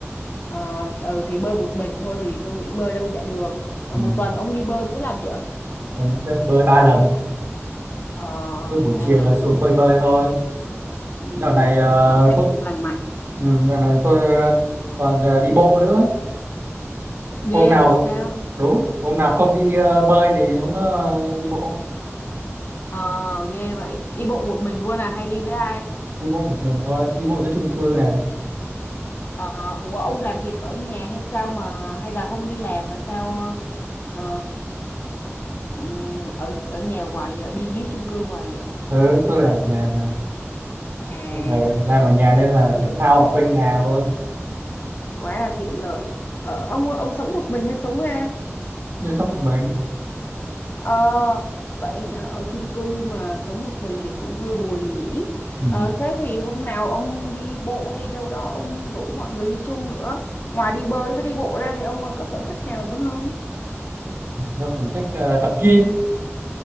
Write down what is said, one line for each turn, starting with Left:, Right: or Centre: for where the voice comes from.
Left: ờ, ừ, thì bơi một mình thôi thì tôi nghĩ bơi đâu chả được Ờ,
Right: ừ.
Left: một tuần ông đi bơi mấy lần vậy
Right: Còn cứ bơi ba lần
Left: ờ,
Right: cứ buổi
Left: ba
Right: chiều
Left: lần
Right: là xuống
Left: ha
Right: bơi bơi thôi
Left: ừ.
Right: dạo này ờ,
Left: sở thích
Right: tôi
Left: cũng lành mạnh
Right: ừ, dạo này tôi ờ, còn ờ, đi bộ nữa hôm
Left: ghê
Right: nào
Left: vậy sao
Right: đúng hôm nào không đi ờ, bơi thì hôm đó ờ, đi bộ
Left: ờ, ghê vậy đi bộ một mình luôn à hay đi với ai
Right: đi bộ một mình thôi đi bộ giữa chung cư này
Left: Ờ, ủa ông làm việc ở nhà hay sao mà hay là không đi làm mà sao ờ, ừm, ở ở nhà hoài vậy đi dưới chung cư hoài vậy
Right: ừ, tôi làm nhà mà
Left: À
Right: ừ,
Left: vậy
Right: làm
Left: hả?
Right: ở nhà nên là
Left: Ừ,
Right: thể thao ở quanh nhà thôi
Left: quá là tiện lợi. Ờ, ông ông sống một mình hay sống với ai?
Right: chăm sóc một mình
Left: Ờ, vậy hả? ở chung cư mà sống một mình thì cũng hơi buồn nhỉ.
Right: ừ.
Left: Ờ, thế thì hôm nào ông đi bộ hay đâu đó ông rủ mọi người đi chung nữa. Ngoài đi bơi với đi bộ ra thì ông còn có sở thích nào nữa không?
Right: tôi còn thích ờ, tập gym